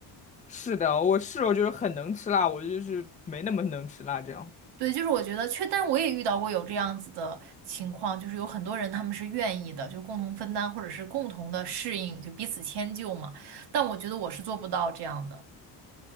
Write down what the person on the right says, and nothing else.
对，就是我觉得确，但我也遇到过有这样子的情况，就是有很多人他们是愿意的，就是共同分担或者是共同的适应，就彼此迁就嘛。但我觉得我是做不到这样的，